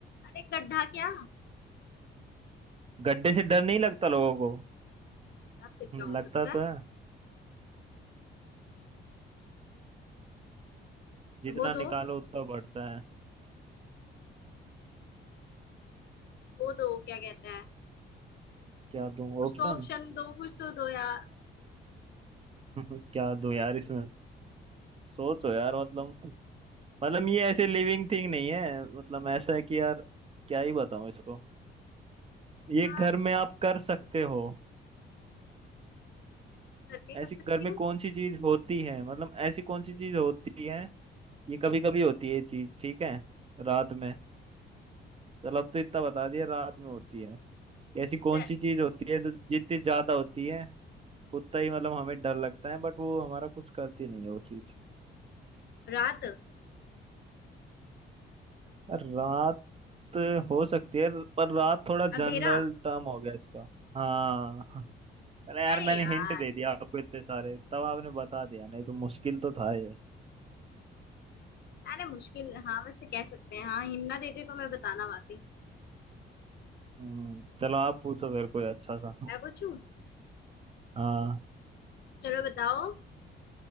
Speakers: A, on the left (about 55°); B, on the right (about 30°).
A: अरे गड्ढा क्या
B: गड्ढे से डर नहीं लगता लोगों को
A: यार फिर
B: हम्म,
A: क्या हो
B: लगता
A: सकता
B: तो
A: है
B: है जितना
A: वो
B: निकालो
A: दो
B: उतना बढ़ता है
A: वो दो क्या कहते हैं
B: क्या दूं
A: कुछ
B: ऑप्शन
A: तो ऑप्शन दो कुछ तो दो यार
B: <laughs> क्या दूं यार इसमें सोचो यार मतलब मतलब ये ऐसे लिविंग थिंग नहीं है मतलब ऐसा है कि यार क्या ही बताऊं इसको ये
A: यार
B: घर में आप कर सकते हो
A: घर में
B: ऐसी
A: कर
B: घर
A: सकती
B: में
A: हूँ
B: कौन सी चीज होती है मतलब ऐसी कौन सी चीज होती है ये कभी कभी होती है ये चीज ठीक है रात में चलो अब तो इतना बता दिया रात में होती है ऐसी कौन
A: दे-
B: सी चीज होती है जो जितनी ज्यादा होती है उतना ही मतलब हमें डर लगता है बट वो हमारा कुछ करती नहीं है वो चीज
A: रात
B: रात हो सकती है पर रात थोड़ा
A: अंधेरा
B: जनरल टर्म हो गया इसका हाँ अरे यार
A: अरे
B: मैंने
A: यार
B: हिंट दे दिया आपको इतने सारे तब आपने बता दिया नहीं तो मुश्किल तो था ये
A: अरे मुश्किल हाँ वैसे कह सकते हैं हाँ हिम्मत देती तो मैं बताना पाती
B: हम्म चलो आप पूछो मेरे को अच्छा सा
A: मैं पूछूं
B: हाँ
A: चलो बताओ